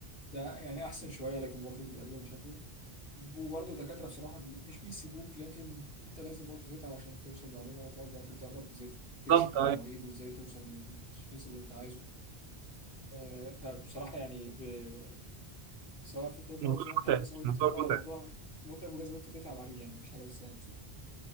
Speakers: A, on the left; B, on the right.
A: ده يعني احسن شويه لكن برضه بيبقى لهم مشاكل وبرضه الدكاتره بصراحه بي- مش بيسيبوك لكن انت لازم برضه تتعب عشان توصل معلومه وتقعد بقى تتدرب وازاي تكشف
B: بالظبط
A: على المريض وازاي توصل للتشخيص اللي انت عايزه آه، فبصراحه يعني ب- سواء في الطب
B: الموضوع
A: او زي ما انت هندسه
B: متعب
A: قلت
B: الموضوع
A: اه
B: متعب
A: الموضوع متعب ولازم انت تتعب عليه يعني مفيش حاجه بالسهل بصراحه